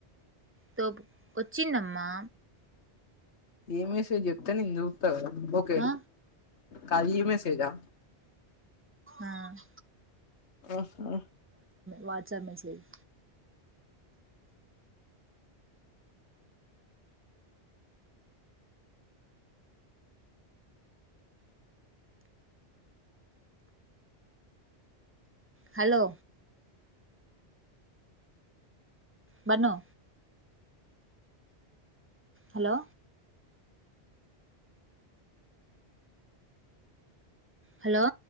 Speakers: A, on the right (about 20°); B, on the left (about 80°).
A: తోపు వచ్చిందమ్మా.
B: ఏ మెసేజ్ చెప్తే నేను చూస్తా కదా ఓకే.
A: ఆ
B: ఖాళీ మెసేజ్ ఆ.
A: ఆహ్.
B: ఆహ్ ఓహో.
A: WhatsApp message. Hello. Bannu. Hello hello